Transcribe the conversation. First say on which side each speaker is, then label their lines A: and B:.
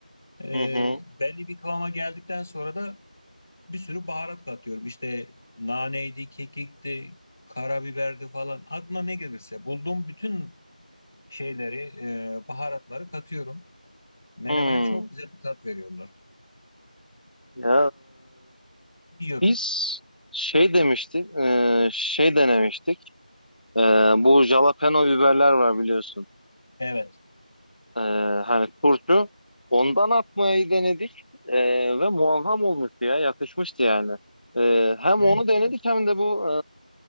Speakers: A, on the left; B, on the left.
A: E,
B: Hı hı.
A: belli bir kıvama geldikten sonra da bir sürü baharat katıyorum. İşte naneydi, kekikti, karabiberdi falan. Aklına ne gelirse bulduğum bütün şeyleri, e, baharatları katıyorum. Menemene
B: Hmm.
A: çok güzel bir tat veriyorlar.
B: Ya
A: Yiyorum.
B: e, biz şey demiştik, e, şey denemiştik. E, bu jalapeno biberler var biliyorsun.
A: Evet.
B: Ee, hani turşu ondan atmayı denedik ee, ve muazzam olmuştu ya yakışmıştı yani. Ee, hem
A: Hı?
B: onu denedik hem de bu